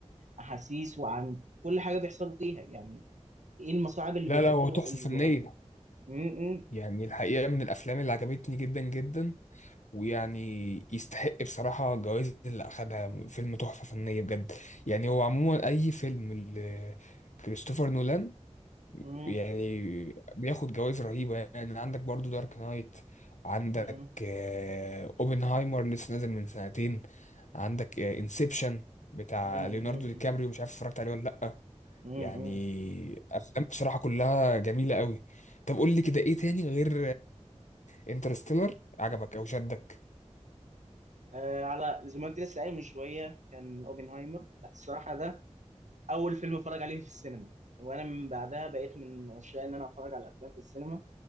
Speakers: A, on the right (about 80°); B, on the left (about 85°).
A: الأحاسيس وعن كل حاجة بيحصلوا فيها يعني إيه المصاعب اللي
B: لا
A: بيحطوها
B: لا هو تحفة
A: ال-
B: فنية
A: م- م-
B: يعني الحقيقة من الأفلام اللي عجبتني جدا جدا ويعني يستحق بصراحة الجوائز اللي أخدها فيلم تحفة فنية بجد يعني هو عموما أي فيلم ل- كريستوفر نولان
A: م-
B: يعني بياخد جوائز رهيبة يعني عندك برضو دارك نايت عندك
A: م-
B: آه، أوبنهايمر لسه نازل من سنتين عندك انسبشن بتاع
A: م-
B: ليوناردو دي كابريو مش عارف اتفرجت عليه ولا لأ
A: م-
B: يعني
A: م-
B: افلام بصراحه كلها جميله قوي طب قول لي كده ايه تاني غير انترستيلر عجبك او شدك
A: آه على زي ما انت لسه قايل من شويه كان اوبنهايمر لا الصراحه ده اول فيلم اتفرج عليه في السينما وانا من بعدها بقيت من عشاق ان انا اتفرج على افلام في السينما